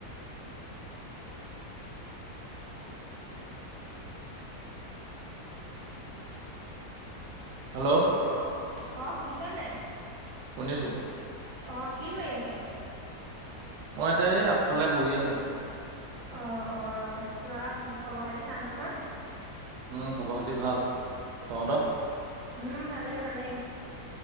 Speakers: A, on the right; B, on the right.
A: <inaudible>
B: হাল্লো'!
A: হেল্ল' অ', শুনিছ নে নাই?
B: শুনিছোঁ।
A: অ', কি কৰি আছ?
B: মই এতিয়া এই আগফালে বহি আছোঁ।
A: অ', অ', তোমাৰ খবৰ পাতি ভাল নহয়?
B: উম, খবৰ পাতি ভাল। তহঁত?
A: উম, ভালেই, ভালেই।